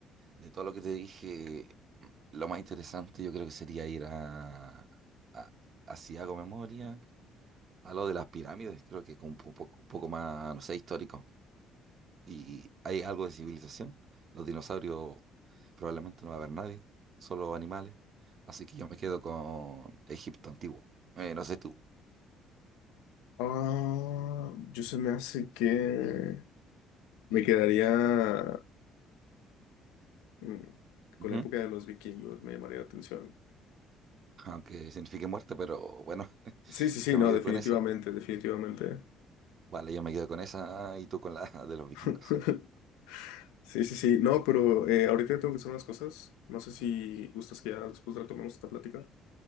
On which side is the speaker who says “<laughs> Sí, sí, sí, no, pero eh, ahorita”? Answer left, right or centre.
Left